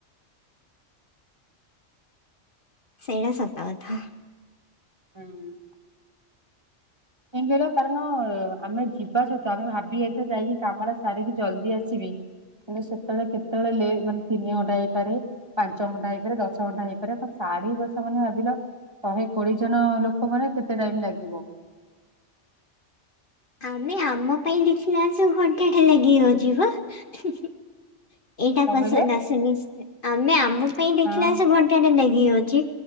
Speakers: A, on the left (about 50°); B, on the right (about 20°).
A: ସେଇଟା ସତ କଥା।
B: ହୁଁ କାହିଁ କହିଲ, କାରଣ ଆମେ ଯିବା ସତ ଆମେ ଭାବି ଯାଇଥିବା ଯାଇକି କାମରା ସାରିକି ଜଲ୍ଦି ଆସିବି କିନ୍ତୁ ସେତେବେଳେ, କେତେବେଳେ ଲେ ମାନେ ତିନି ଘଣ୍ଟା ହେଇପାରେ ପାଞ୍ଚ ଘଣ୍ଟା ହେଇପାରେ, ଦଶ ଘଣ୍ଟା ହେଇପାରେ, ସାଢି ବଛା ମାନେ ଭାବିଲ ଶହେ କୋଡିଏ ଜଣ ଲୋକ ମାନେ କେତେ ଟାଇମ୍ ଲାଗିବ?
A: ଆମେ ଆମ ପାଇଁ ଦେଖିଲା ଆଳୁ ସବୁ ଘଣ୍ଟା ଟେ ଲାଗିଜାଉଛିି ପା ହିଁ ହିଁ। ଏଇଟା
B: କଣ
A: ପସନ୍ଦ
B: କହିଲେ
A: ଆସୁନି, ଆମେ ଆମ ଆମ ପାଇଁ ଦେଖିଲା
B: ହଁ।
A: ଆଳୁ ସେ ଘଣ୍ଟାଟେ ଲାଗିଯାଉଛି।